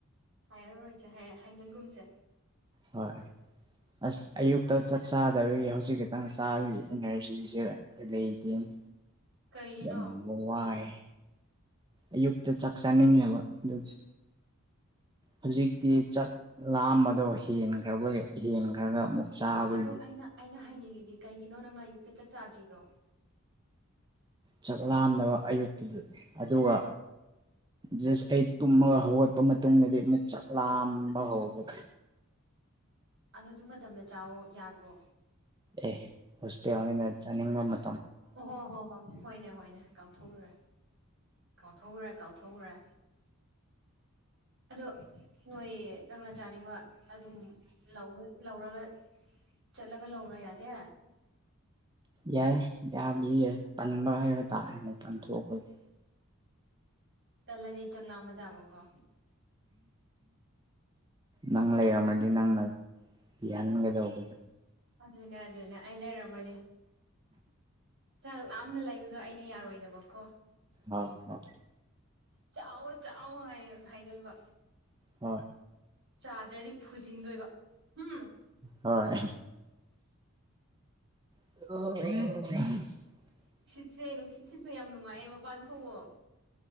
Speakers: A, on the right; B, on the right.
A: ꯍꯥꯏꯔꯔꯣꯏꯁꯦ ꯍꯥꯏ ꯍꯥꯏꯅꯒꯨꯝꯁꯦ
B: ꯍꯣꯏ ꯑꯁ ꯑꯌꯨꯛꯇ ꯆꯥꯛ ꯆꯥꯗꯕꯒꯤ ꯍꯧꯖꯤꯛ ꯈꯛꯇꯪ ꯆꯥꯕꯒꯤ ꯏꯅꯔꯖꯤꯁꯦ ꯂꯩꯇꯦꯅ
A: ꯀꯩꯒꯤꯅꯣ
B: ꯌꯥꯝ ꯋꯥꯥꯏ ꯑꯌꯨꯛꯇ ꯆꯥꯛ ꯆꯥꯅꯤꯡꯉꯕ ꯑꯗꯨꯒꯤ ꯍꯧꯖꯤꯛꯇꯤ ꯆꯥꯛ ꯂꯥꯝꯕꯗꯣ ꯍꯦꯟꯈ꯭ꯔꯕꯒꯤ ꯍꯦꯟꯈ꯭ꯔꯒ ꯑꯃꯨꯛ ꯆꯥꯕꯒꯤ
A: ꯑꯗꯣ ꯑꯩꯅ ꯑꯩꯅ ꯍꯥꯏꯅꯤꯡꯉꯤꯗꯤ ꯀꯩꯒꯤꯅꯣ ꯅꯪꯅ ꯑꯌꯨꯛꯇ ꯆꯥꯛ ꯆꯥꯗ꯭ꯔꯤꯗꯣ
B: ꯆꯥꯛꯂꯥꯝꯗꯕ ꯑꯌꯨꯛꯇꯨꯗ ꯑꯗꯨꯒ ꯖꯁ ꯑꯩ ꯇꯨꯝꯃꯒ ꯍꯧꯒꯠꯄ ꯃꯇꯨꯡꯗꯗꯤ ꯑꯃꯨꯛ ꯆꯥꯛ ꯂꯥꯝꯕ ꯍꯧꯕ
A: ꯑꯗꯣ ꯑꯗꯨ ꯃꯇꯝꯗ ꯆꯥꯎꯋꯣ ꯌꯥꯗ꯭ꯔꯣ
B: ꯑꯦ ꯍꯣꯁꯇꯦꯜꯅꯤꯅ ꯆꯥꯅꯤꯡꯕ ꯃ
A: ꯍ ꯍꯣ ꯍꯣ ꯍꯣꯢꯅꯦ ꯍꯣꯢꯅꯦ ꯀꯥꯎꯊꯣꯛꯎꯔꯦ ꯀꯥꯎꯊꯣꯛꯎꯔꯦ ꯀꯥꯎꯊꯣꯛꯎꯔꯦ ꯑꯗꯣ ꯅꯣꯏ ꯅꯪꯅ ꯆꯥꯅꯤꯡꯕ ꯑꯗꯨꯝ ꯂꯧ ꯂꯧꯔꯒ ꯆꯠꯂꯒ ꯂꯧꯕ ꯌꯥꯗꯦ
B: ꯌꯥꯏ ꯌꯥꯕꯗꯤ ꯌꯥꯢ ꯇꯟꯕ ꯍꯥꯢꯕ ꯇꯥꯔꯦ ꯃꯄꯥꯟ ꯊꯣꯛꯄꯒꯤ
A: ꯇꯜꯂꯗꯤ ꯆꯥꯛ ꯂꯥꯝꯕ ꯇꯥꯕ ꯀꯣ
B: ꯅꯪ ꯂꯩꯔꯝꯃꯗꯤ ꯅꯪꯅ ꯊꯤꯍꯟꯒꯗꯧꯕꯅꯤ
A: ꯑꯗꯨꯅꯦ ꯑꯗꯨꯅꯦ ꯑꯩ ꯂꯩꯔꯝꯃꯗꯤ ꯆꯥꯛ ꯂꯥꯝꯅ ꯂꯩꯕꯗꯣ ꯑꯩꯅ ꯌꯥꯔꯣꯏꯗꯕꯀꯣ
B: ꯍꯣꯏꯍꯣ
A: ꯆꯥꯎꯋꯣ ꯆꯥꯎꯋꯣ ꯍꯥꯏ ꯍꯥꯏꯗꯣꯏꯕ
B: ꯍꯣꯏ
A: ꯆꯥꯗ꯭ꯔꯗꯤ ꯐꯨꯖꯤꯟꯗꯣꯏꯕ ꯍꯝ
B: ꯍꯣꯏ <unintelligible>
A: ꯁꯦ ꯅꯨꯡꯁꯤꯠ ꯁꯤꯠꯄꯩ ꯌꯥꯝ ꯅꯨꯡꯉꯥꯏꯌꯦ ꯃꯄꯥꯟ ꯊꯣꯛꯑꯣ